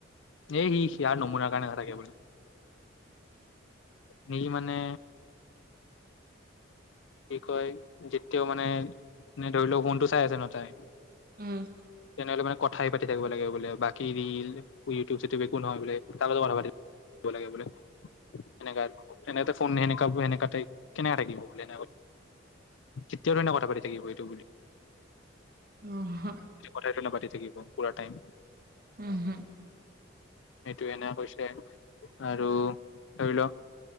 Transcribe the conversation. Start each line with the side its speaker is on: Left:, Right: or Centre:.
Left: এই সি ইয়াৰ নমুনাৰ কাৰণে নাথাকে বোলে সি মানে কি কয় যেতিয়াও মানে ধৰি লওক ফোনটো চাই আছে ন তাই
Right: উম
Left: তেনেহলে মানে কথাই পাতি থাকিব লাগে বোলে বাকী ৰিল ইউটিউব চিউটোব একো নহয় বোলে তাৰ লগত কথা পাতি থাকিব লাগে বোলে এনেকে ফোন সেনে সেনে কেনে থাকিব বো কৈ কেনেধৰণে ধৰণে কথা পাতি থাকিব এইটো
Right: উ হ
Left: তাই কেনেকে পাতি থাকিব পোৰা টাইম
Right: উম
Left: সেইটো এনে কৈছে হয় আৰু ধৰি ল